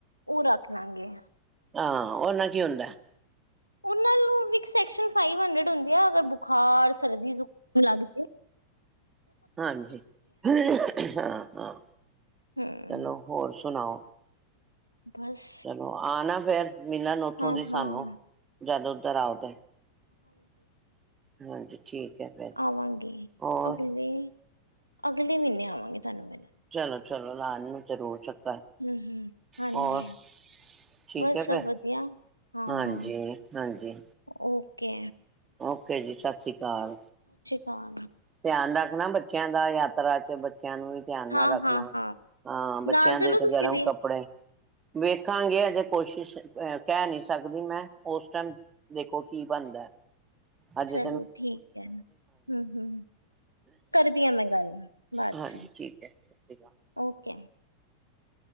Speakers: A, on the left (about 90°); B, on the right (about 20°).
A: ਉਹ, ਰੱਖ ਲਾਂਗੇ।
B: ਹਾਂ । ਓ ਨਾਲ ਕੀ ਹੁੰਦਾ?
A: ਉਹਨਾਂ ਨੂੰ ਵੀ, ਸੈਕਸ਼ਨ । ਫਾਈਵ ਹੰਡਰਡ ਹੁੰਦੇ ਆ, ਅਗਰ ਬੁਖਾਰ । ਸਰਦੀ, ਜੁਕਾਮ ਲੱਗ ਜਾਏ।
B: ਹਾਂਜੀ। ਹਾਂ, ਹਾਂ।
A: ਹਮ
B: ਚਲੋ, ਹੋਰ ਸੁਣਾਓ ।
A: ਬਸ
B: ਚਲੋ, ਆ ਨਾ । ਫਿਰ ਮਿਲਣ ਉੱਥੋਂ
A: ਹਾਂ
B: ਦੀ
A: ਹਾਂ
B: ਸਾਨੂੰ, ਜਦ ਉਧਰ ਆਉਗੇ। ਹਾਂਜੀ। ਠੀਕ ਹੈ ਫੇਰ
A: ਆਵਾਂਗੇ,
B: ਹੋਰ
A: ਅਗਲੇ, ਅਗਲੇ ਮਹੀਨੇ ਆਵਾਂਗੇ ਤੁਹਾਨੂੰ ਮਿਲਣ ।
B: ਚਲੋ, ਚਲੋ ਲਾ ਲੈਣਾ ਜਰੂਰ ਚੱਕਰ।
A: ਹਮ, ਹਮ ।ਹਾਂਜੀ।
B: ਹੋਰ ਠੀਕ
A: ਬਸ
B: ਹੈ
A: ਸਭ
B: ਫੇਰ
A: ਵਧੀਆ। ਹਾਂ,
B: ਹਾਂਜੀ,
A: ਹਾਂ।
B: ਹਾਂਜੀ
A: ਓ ਕੇ।
B: ਓਕੇ ਜੀ। ਸਤਿ ਸ਼੍ਰੀ ਅਕਾਲ। ਕਾਲ।
A: ਕਾਲ।
B: ਧਿਆਨ ਰੱਖਣਾ ਬੱਚਿਆਂ ਦਾ, ਯਾਤਰਾ ਚ । ਬੱਚਿਆਂ ਨੂੰ ਵੀ ਧਿਆਨ
A: ਹਾਂ
B: ਨਾਲ ਰੱਖਣਾ।
A: ਹਾਂ ਹਾਂ
B: ਆਂ, ਬੱਚਿਆਂ
A: ਨਾਲ ਚਲੋ
B: ਦੇ ਵੀ
A: ਤੁਸੀਂ
B: ਗਰਮ ਕੱਪੜੇ। ਵੇਖਾਂਗੇ । ਅਜੇ ਕੋਸ਼ਿਸ਼, ਅਹ ਕਹਿ ਨਹੀਂ ਸਕਦੀ ਮੈਂ, ਉਸ ਟਾਈਮ ਦੇਖੋ ਕੀ ਬਣਦਾ। ਹਜੇ।
A: ਚਲੋ ਠੀਕ ਹੈ ਹਮ ਹਮ ਕਰਦੀ ਆ ਮੈਂ ਗੱਲ ਬਾਅਦ
B: ਹਾਂਜੀ
A: ਚ
B: ਠੀਕ ਹੈ। ਸਤ ਸ੍ਰੀ ਅਕਾਲ।
A: ਓਕੇ